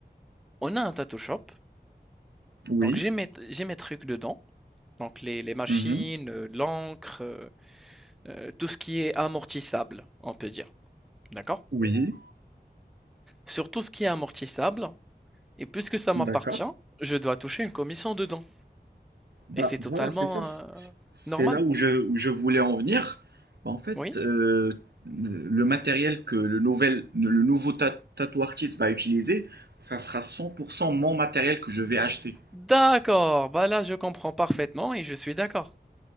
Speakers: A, in the centre; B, on the right.
A: on a un tattoo shop.
B: oui,
A: Donc j'ai mes, j'ai mes trucs dedans. Donc les, les machines,
B: mhm,
A: euh, l'encre, euh, euh, tout ce qui est amortissable, on peut dire. D'accord?
B: oui,
A: Sur tout ce qui est amortissable, et puisque ça m'appartient,
B: d'accord.
A: je dois toucher une commission dedans.
B: Bah
A: Et c'est
B: voilà,
A: totalement
B: c'est ça, c-
A: euh,
B: c'est
A: normal.
B: là où je, où je voulais en venir. Bah, En fait,
A: Oui?
B: euh, le matériel que le nouvel, le nouveau ta- tattoo artist va utiliser, ça sera 100% mon matériel que je vais acheter.
A: D'accord, bah là je comprends parfaitement et je suis d'accord.